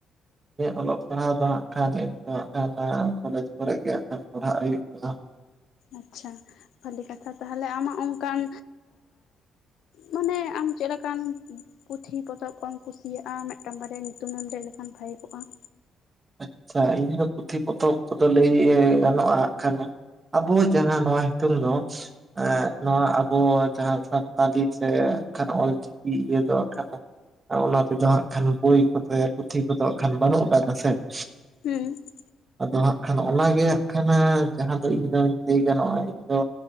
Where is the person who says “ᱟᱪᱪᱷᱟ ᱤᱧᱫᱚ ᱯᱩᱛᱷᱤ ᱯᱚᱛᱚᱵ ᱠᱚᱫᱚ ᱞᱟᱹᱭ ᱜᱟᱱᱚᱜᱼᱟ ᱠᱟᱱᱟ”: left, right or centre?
Right